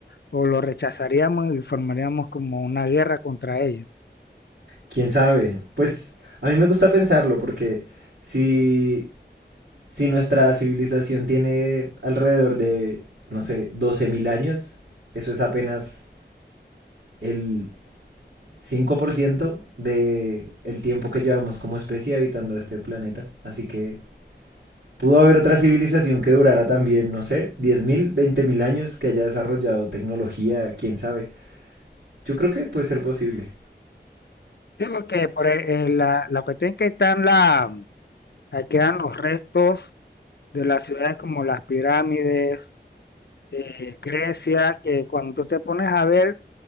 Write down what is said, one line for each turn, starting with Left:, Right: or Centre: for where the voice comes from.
Left: o los rechazaríamos y formaríamos como una guerra contra ellos.
Right: ¿Quién sabe? Pues a mí me gusta pensarlo porque si, si nuestra civilización tiene alrededor de, no sé, 12.000 años, eso es apenas el 5% del tiempo que llevamos como especie habitando este planeta. Así que pudo haber otra civilización que durara también, no sé, diez mil, veinte mil años, que haya desarrollado tecnología, quién sabe. Yo creo que puede ser posible.
Left: Sí, porque por, e- eh, la, la cuestión es que están la, ahí quedan los restos de las ciudades como las pirámides, eh, Grecia, que cuando tú te pones a ver,